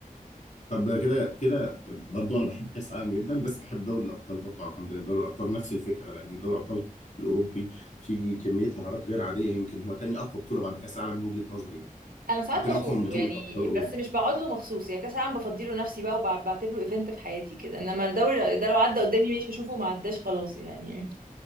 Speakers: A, on the left; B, on the right.
A: طب كده كده برضه انا بحب كاس العالم جدا بس بحب دوري الابطال برضه عندنا يعني دوري الابطال نفس الفكره لان دوري الابطال الاوروبي فيه كميه مهارات غير عاديه يمكن هو تاني اقوى بطوله بعد كاس العالم من وجهه نظري يعني
B: انا ساعات
A: يمكن
B: بشوفه
A: اقوى من بطوله
B: يعني
A: ابطال اوروبا
B: بس مش بقعد له مخصوص يعني كاس العالم بفضيله نفسي بقى وبعتبره ايفنت في حياتي كده انما الدوري ده لو عدى قدامي ماشي اشوفه ما عداش خلاص يعني